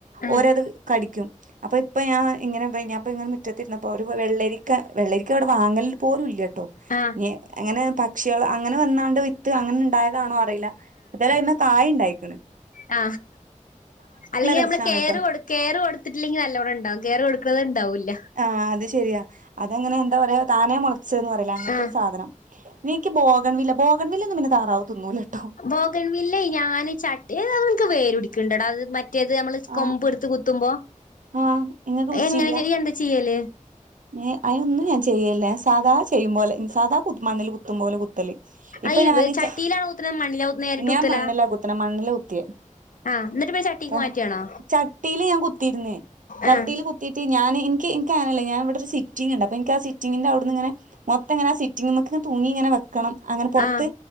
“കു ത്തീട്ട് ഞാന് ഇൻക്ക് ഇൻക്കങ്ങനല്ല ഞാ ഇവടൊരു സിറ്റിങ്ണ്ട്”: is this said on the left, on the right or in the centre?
Right